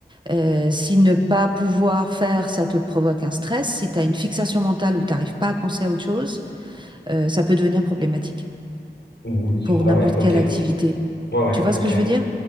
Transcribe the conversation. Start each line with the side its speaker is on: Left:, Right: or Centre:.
Right: euh, si ne pas pouvoir faire, ça te provoque un stress, si tu as une fixation mentale où tu n'arrives pas à penser à autre chose, euh, ça peut devenir problématique
Left: Oui.
Right: pour
Left: Ouais,
Right: n'importe
Left: ouais, ok.
Right: quelle
Left: Ouais,
Right: activité.
Left: ouais,
Right: Tu vois
Left: ok.
Right: ce que je veux dire?